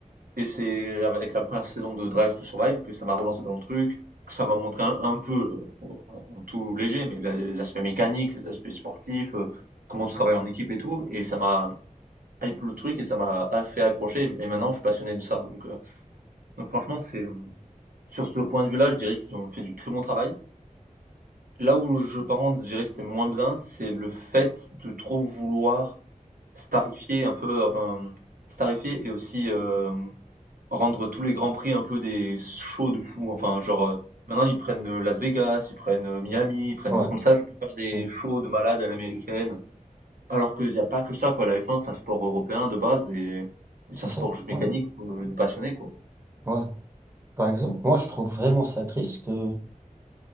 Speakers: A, on the right (about 80°); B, on the right (about 20°).
A: Et c'est avec la première saison de Drive to Survive que ça m'a relancé dans le truc, que ça m'a montré un, un peu, euh, en, en tout léger, mais la- les aspects mécaniques, les aspects sportifs, euh, comment tu travailles en équipe et tout. Et ça m'a, hype le truc et ça m'a fait accrocher. Et maintenant, je suis passionné de ça. Donc, euh, donc franchement, c'est sur ce point de vue-là, je dirais qu'ils ont fait du très bon travail. Là où je par contre, je dirais que c'est moins bien, c'est le fait de trop vouloir starifier un peu, enfin, starifier et aussi euh, rendre tous les grands prix un peu des shows de fou. Enfin, genre euh, maintenant ils prennent euh, Las Vegas, ils prennent euh, Miami, ils prennent
B: ouais.
A: des trucs comme ça. Je peux faire des
B: hmm.
A: shows de malades à l'américaine. Alors qu'il y a pas que ça, quoi. La F1, c'est un sport européen de base et et c'est
B: C'est
A: un
B: ça.
A: sport juste mécanique
B: Ouais,
A: pour les passionnés, quoi.
B: ouais. Par exemple, moi, je trouve vraiment ça triste que